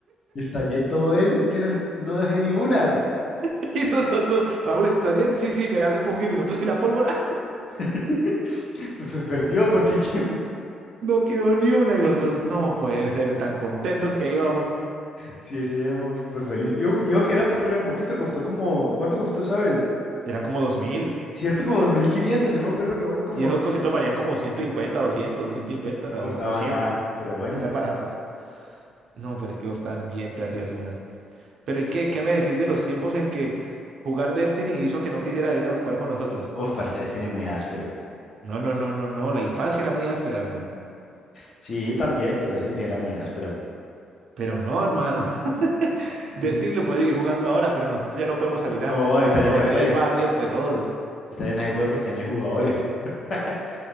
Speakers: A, on the left (about 50°); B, on the right (about 60°).
A: Y estallé todo eso, es que no, no dejé ni una.
B: <laughs> Y nosotros, Raúl, ¿estás bien? Sí, sí, me agarré un poquito y nosotros y la pólvora. <laughs>
A: <laughs> Pues se perdió, porque <laughs>
B: No quedó ni una y nosotros, no puede ser, tan contentos que íbamos.
A: Sí, ese día muy súper feliz. Yo, yo que era re poquito, costó como, ¿cuánto costó, sabes?
B: Eran como 2000
A: Cierto, como 2.500 yo me acuerdo que fue como,
B: y esos
A: no
B: cositos valían como 150, doscientos 250
A: costaba
B: o, o cien
A: nada, pero bueno.
B: Eran baratos. No, pero es que vos también te hacías unas. Pero ¿y qué, qué me decís de los tiempos en que jugar Destiny hizo que no quisiera ir a jugar con nosotros?
A: Uf, parce, Destiny muy áspero.
B: No, no, no, no, no. La infancia era muy áspera, hermano.
A: Sí, también, pero Destiny era muy áspero.
B: Pero no, hermano. <laughs> Destiny
A: Mm.
B: lo puede seguir jugando ahora, pero nosotros ya no podemos salir a,
A: No, ahorita
B: a recorrer
A: ya no se puede.
B: el barrio entre todos.
A: Ahorita ya no se puede porque ya no hay jugadores. <laughs>